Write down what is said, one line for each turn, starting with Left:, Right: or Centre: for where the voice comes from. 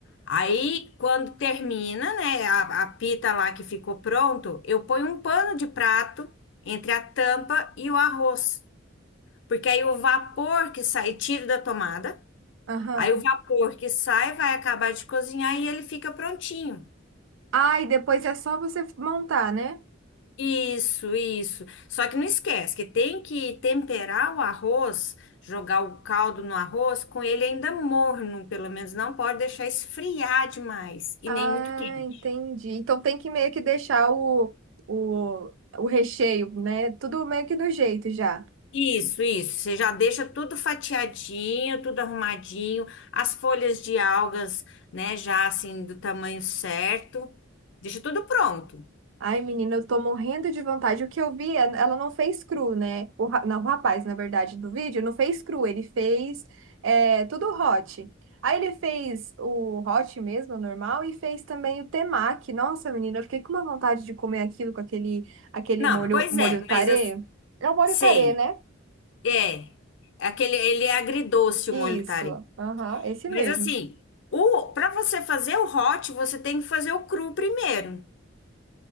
Left: Aí quando termina, né, a, a pita lá que ficou pronto, eu ponho um pano de prato entre a tampa e o arroz, porque aí o vapor que sai, tiro da tomada,
Right: aham.
Left: aí o vapor que sai vai acabar de cozinhar e ele fica prontinho.
Right: Ah, e depois é só você montar, né?
Left: Isso, isso. Só que não esquece que tem que temperar o arroz, jogar o caldo no arroz com ele ainda morno, pelo menos não pode deixar esfriar demais e
Right: Ah,
Left: nem muito quente.
Right: entendi. Então tem que meio que deixar o, o, o recheio, né? Tudo meio que do jeito já.
Left: Isso, isso. Você já deixa tudo fatiadinho, tudo arrumadinho, as folhas de algas, né, já assim do tamanho certo. Deixa tudo pronto.
Right: Ai, menina, eu tô morrendo de vontade. O que eu vi, é- ela não fez cru, né? O, ra- não, o rapaz, na verdade, do vídeo, não fez cru, ele fez é, tudo hot. Aí ele fez o hot mesmo, o normal, e fez também o temaki. Nossa, menina, eu fiquei com uma vontade de comer aquilo com aquele, aquele
Left: Não,
Right: molho,
Left: pois
Right: molho
Left: é,
Right: tarê.
Left: mas as-
Right: É o molho
Left: sei.
Right: tarê, né?
Left: É. Aquele, ele é agridoce
Right: Isso,
Left: o molho tarê.
Right: aham, esse
Left: Mas
Right: mesmo.
Left: assim, o para você fazer o hot, você tem que fazer o cru primeiro.